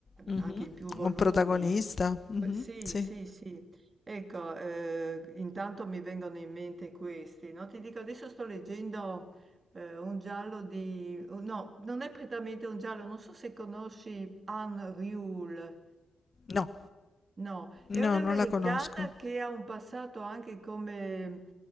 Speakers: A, on the left (about 40°); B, on the right (about 40°).
A: mhm.
B: anche in più volumi.
A: Un protagonista, mhm,
B: Poi- Sì,
A: sì.
B: sì, sì. Ecco, eh, intanto mi vengono in mente questi, no? Ti dico, adesso sto leggendo eh, un giallo di... oh, No, non è prettamente un giallo, non so se conosci Anne Riul.
A: No,
B: No, è
A: no,
B: un'americana
A: non la conosco.
B: che ha un passato anche come